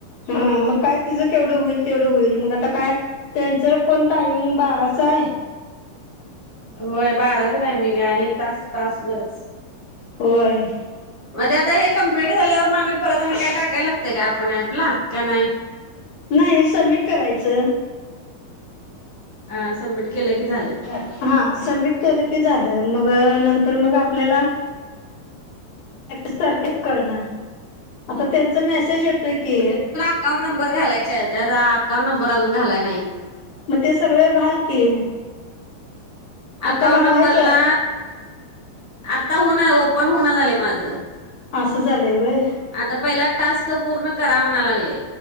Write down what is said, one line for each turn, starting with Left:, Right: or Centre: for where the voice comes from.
Left: हं मग काय तिझं केवढं होईल तेवढं होईल मग आता कायं त्यांचं पण टायमिंग बाराचं हायं.
Right: होय बाराच टायमिंग आहे आणि एक तास तास बरंच.
Left: होयं.
Right: मध्ये आता हे कंप्लीट झाल्यावर मामी परत आणि काय टाकायला लागतयं का आपण ऍपला काय नाही?
Left: नाही सबमिट करायचं.
Right: अ सबमिट केलं की झालं.
Left: हा सबमिट केलं की झालं मग नंतर मग आपल्याला अस तारखे करणार आता त्यांचा मेसेज येतोय की.
Right: अकाऊंट नंबर घालायचे त्याचा अकाउंट नंबर अजून घालाय नाही.
Left: मग ते सगळं घाल की. आता
Right: अकाउंट
Left: घालायचं
Right: नंबरला आता होणार ओ पण हुना झालंय माझं.
Left: असं झालंय वय.
Right: आता पहिला टास्क पूर्ण करा म्हणा लागले